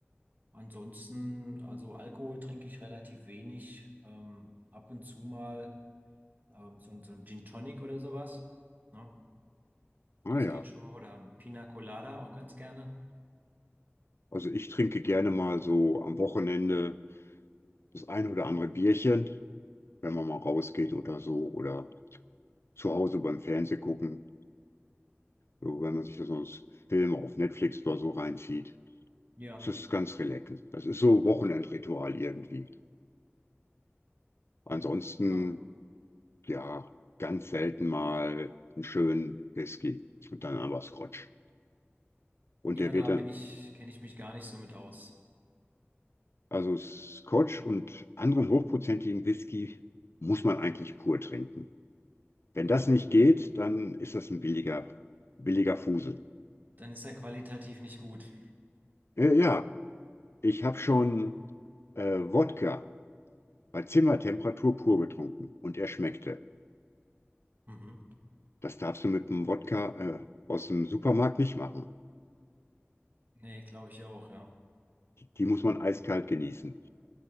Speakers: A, on the right; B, on the left.
A: ansonsten, also Alkohol trinke ich relativ wenig, ähm, ab und zu mal ähm, so, ein- so ein Gin Tonic oder sowas. Ne?
B: Ah
A: Das
B: ja.
A: geht schon mal. Oder ein Pina Colada auch ganz gerne.
B: Also ich trinke gerne mal so am Wochenende das ein oder andere Bierchen, wenn man mal rausgeht oder so, oder zu Hause beim Fernsehen gucken, so, wenn man sich da sonst Filme auf Netflix oder so reinzieht.
A: Ja,
B: Das ist ganz relaxend. Das ist so Wochenendritual irgendwie. Ansonsten,
A: ja.
B: ja, ganz selten mal einen schönen Whisky und dann aber Scotch. Und
A: Ja,
B: der
A: da
B: wird dann,
A: bin ich, kenne ich mich gar nicht so mit aus.
B: also Scotch und anderen hochprozentigen Whisky muss man eigentlich pur trinken. Wenn das
A: Mhm.
B: nicht geht, dann ist das ein billiger, billiger Fusel.
A: Dann ist er qualitativ nicht gut.
B: Äh, ja, ich habe schon
A: Ja.
B: äh, Wodka bei Zimmertemperatur pur getrunken und er schmeckte.
A: Mhm.
B: Das darfst du mit einem Wodka äh, aus dem Supermarkt nicht machen.
A: Nee, glaube ich auch, ja.
B: Die muss man eiskalt genießen.